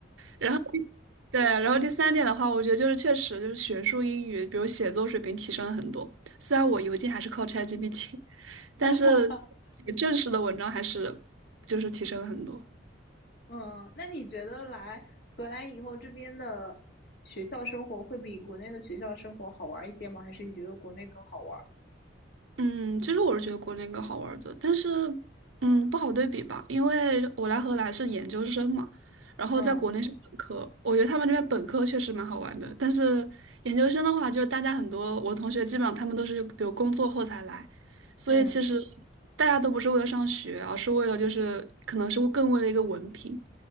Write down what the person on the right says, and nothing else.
然后第对，然后第三点的话，我觉得就是确实就是学术英语，比如写作水平提升了很多。虽然我邮件还是靠 ChatGPT，<laughs> 但是写正式的文章还是
就是提升了很多。
嗯，其实我是觉得国内更好玩儿的，但是嗯，不好对比吧，因为我来荷兰是研究生嘛，然后在国内是本科，
我觉得他们这边本科确实蛮好玩的，但是研究生的话，就是大家很多我同学基本上他们都是比如工作后才来，所以其实
大家都不是为了上学，而是为了就是可能是更为了一个文凭，